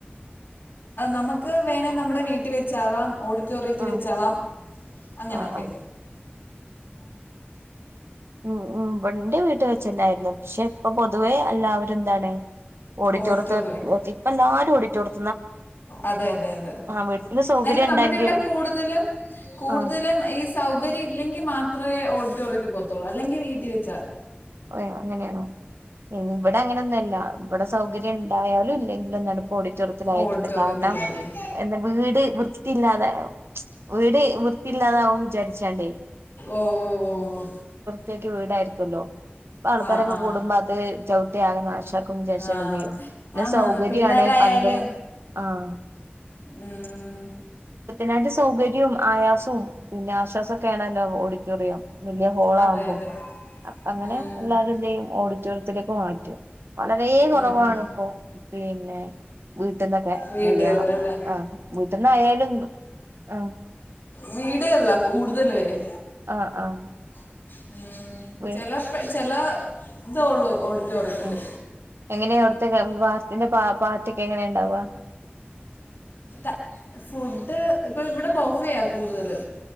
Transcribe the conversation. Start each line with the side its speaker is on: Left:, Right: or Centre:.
Left: നമ്മക്ക് വേണേ നമ്മടെ വീട്ടിവെച്ചാവാം അ ഓഡിറ്റോറിയത്തിൽ
Right: ആ
Left: വച്ചാവാം അങ്ങനൊക്കെ
Right: ആ ആ ഉം ഉം ഇന്റെ വീട്ടി വെച്ചന്നായിരുന്നു ഷെ ഇപ്പൊ പൊതുവേ എല്ലാവരും ന്താണ് ഓഡിറ്റോറിയത്തി
Left: ഓഡിറ്റോറിയം
Right: വ ഇപ്പ എല്ലാവരും ഓഡി ട്ടോറി
Left: അതെ അതെ അതെ
Right: വീട്ടില് സൗകര്യം
Left: ന്നാലും നമ്മുടെ
Right: ഉണ്ടെങ്കിൽ
Left: ഇവിടെ കൂടുതലും കൂടുതലും
Right: ആ
Left: ഈ സൗകര്യം ഇല്ലെങ്കിൽ മാത് ത്രേ ഓഡിറ്റോറിയത്തി പോത്തോള്ളു ല്ലെങ്കിൽ വീട്ടി വെച്ചാ
Right: അതെയോ അങ്ങനെയാണോ ഉം ഇവടങ്ങനൊന്നല്ല ഇവിടെ സൗകര്യണ്ടായാലും ഇല്ലെങ്കിലും എന്താണ് ഇപ്പൊ ഓഡിറ്റോറിത്തിലാ
Left: ഓഡിറ്റോറിയത്തിലായിരിക്കും
Right: വെക്കുന്നെ കാരണം എന്താ വീട് വൃത്തില്ലാതെ വീട് വൃത്തിയില്ലാതാകു വിചാരി ചാണ്ടേ
Left: ഓ ഓ ഓ ഓ
Right: തക്കു വീടാരി ക്കൊലോ പ്പ ആൾക്കൊരൊക്കെ
Left: ആ ആ
Right: കൂടുമ്പോ അത് ചവിട്ടിയാകെ നാശാക്കുംന്ന് വിചാരിച്ചാണ്ട്
Left: ആ
Right: എന്ത് ചെയ്യും നെ
Left: ആന്നാന്ന്
Right: സൗകര്യൊവാണ്
Left: പിള്ളേരായാലും
Right: പന്തല് ആഹ്
Left: ഉം
Right: നാട്ട് സൗകര്യം ആയാസും പിന്നെ ആശ്വാസൊക്കെ ആണല്ലോ ഓഡിറ്റോറിയം വലിയ ഹോളാകുമ്പം
Left: അതെ അതെ
Right: ആ അപ്പ അങ്ങനെ
Left: ഉം,
Right: എല്ലാരുന്തെയ്യും ഓഡിറ്റോറിയത്തിലേക്ക് മാറ്റും വളരെ
Left: ഉം,
Right: കുറവാണ്
Left: ഉം.
Right: ഇപ്പൊ പിന്നെ വീട്ടിൽന്നൊക്കെ
Left: വീടുകളിലല്ലേ
Right: കല്യാണം ആ വീട്ടിൽന്നയാലും ആ
Left: വീടല്ലേ കൂടുതലും
Right: ആഹ് ആഹ്
Left: <unintelligible>
Right: വേ
Left: ചെലപ്പെ ചയല ഇത ഒള്ളൂ ഓടു റ്റോറിയത്തില്
Right: ഉം എങ്ങനെയാ അവിടുത്തെ വിവാഹത്തിന്റെ പാ പാട്ടൊക്കെ എങ്ങനെയ ഇണ്ടാവ
Left: ത ഫുഡ് ഇപ്പൊ ഇവിടെ ബോഫയാ കൂടുതല്